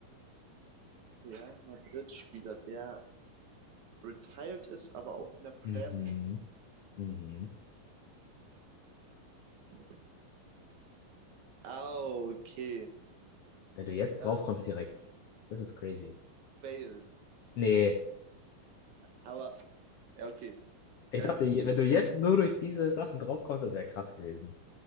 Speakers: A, on the right; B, on the left.
A: Real Madrid-Spieler, der retired ist, aber auch in der Prem
B: Mhm,
A: gespielt
B: mhm.
A: hat. Ah, okay.
B: Wenn du jetzt
A: Äh,
B: drauf kommst direkt. Das ist crazy.
A: Bale.
B: Nee,
A: Aber, ja, okay.
B: ich
A: Ähm,
B: dachte, je- wenn du jetzt nur durch diese Sachen draufkommst, das wäre krass gewesen.